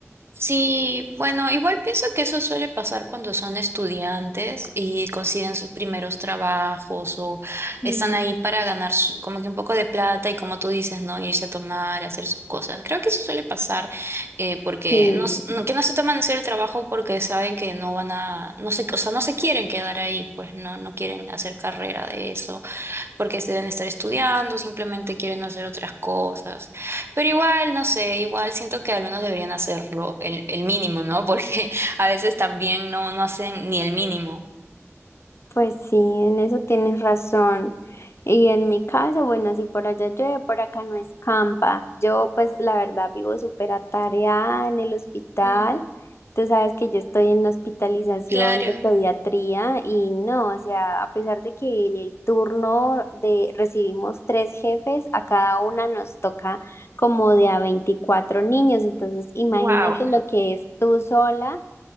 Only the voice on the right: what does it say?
Sí, bueno, igual pienso que eso suele pasar cuando son estudiantes y consiguen sus primeros trabajos o están
ahí para ganar su- como que un poco de plata y como tú dices, ¿no? Irse a tomar, hacer sus cosas. Creo que eso suele pasar eh, porque
no, s- no- que no se toman en serio el trabajo porque saben que no van a, no sé, o sea, no se quieren quedar ahí, pues no, no quieren hacer carrera de eso porque se deben estar estudiando, simplemente quieren hacer otras cosas. Pero igual, no sé, igual siento que al menos deberían hacerlo el, el mínimo, ¿no? <laughs> Porque a veces también no, no hacen ni el mínimo.
Mm,
claro.
Wow.